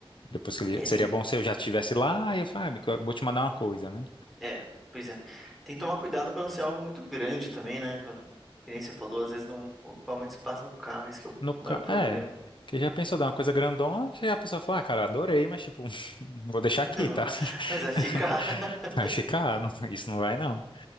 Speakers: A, on the left; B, in the centre.
A: Depois que ele...
B: É,
A: Seria
B: tem.
A: bom se eu já estivesse lá e eu falo, ah, amigo, eu vou te mandar uma coisa, né?
B: É, pois é. Tem que tomar cuidado pra não ser algo muito grande também, né? Pra... Que nem você falou, às vezes não ocupar muito espaço no carro. Esse que é o
A: No
B: maior
A: ca...
B: problema.
A: É. que já pensou dar uma coisa grandona que a pessoa fala, ah, cara, adorei, mas tipo, <laughs> não vou deixar aqui,
B: <laughs>
A: tá? <laughs>
B: Mas vai ficar <laughs>
A: Vai ficar, não- isso não vai não.